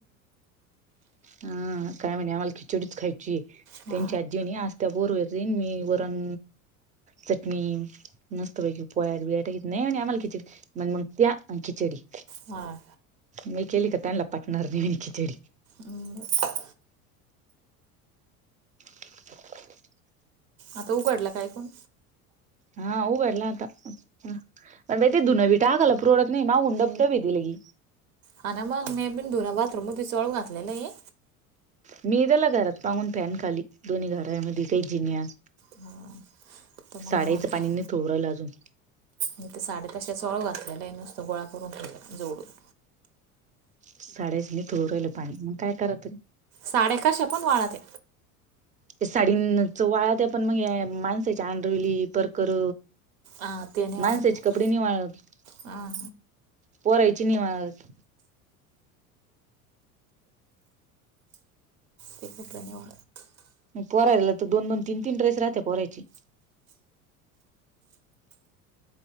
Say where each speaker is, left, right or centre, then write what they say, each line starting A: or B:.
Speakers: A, on the right; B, on the right.
A: हं काय म्हणे आम्हाला, खिचडीच खायची
B: हा
A: त्यांचात. जेवणी आज त्या बोर वन मी वरण चटणी. मस्तपैकी <unintelligible> येत नाही आणि आम्हाला खिचडी नाही मग त्या आणि खिचडी.
B: हा
A: मी केली का त्यांना पाठवणार नाही मी खिचडी.
B: हम्म बर.
A: <inaudible>
B: आता उघडलं काय कोण?
A: हां उघडला आता. म्हण ते दुनंई टाकल पुरडत नाही, मागून डब्बे पण दिले की.
B: हा ना मग मी बी धुन बाथरूम मधिच वाळू घातलेलं आहे.
A: मी त्याला घरात पाहून फॅन खाली दोन्ही घरायमधी काही जिन्यात.
B: हा तर मग
A: साडीच
B: म्हटलं
A: पाणी निथळू राहिलं अजून.
B: मी तर साड्या तशाच वाळू घातलेले आहे नुसतं गोळा करून ठेवलं जोडून.
A: साड्याच नितळू राहिलं पाणी, मग काय कराव तरी?
B: साड्या कशा पण वाळते.
A: ते साडीं च वाळा ते पण मग, माणसाच्या आंढरवली परकर.
B: हा ते नाही वाळत
A: माणसाचे
B: मग
A: कपडे नाही वाळत,
B: हा हा
A: पोरायची नाही वाळत.
B: ते कप्रणेव.
A: आणि पोरायला तर दोन दोन तीन तीन ड्रेस राहते पोरायची.